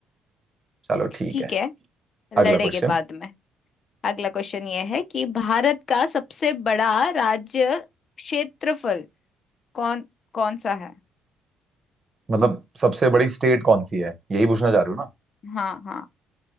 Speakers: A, on the right; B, on the left.
A: चलो ठीक
B: ठीक
A: है
B: है लड़ेंगे
A: अगला क्वेश्चन
B: बाद में अगला क्वेश्चन ये है कि भारत का सबसे बड़ा राज्य क्षेत्रफल कौन कौन सा है
A: मतलब सबसे बड़ी स्टेट कौन सी है यही पूछना चाह रहे हो ना
B: हाँ हाँ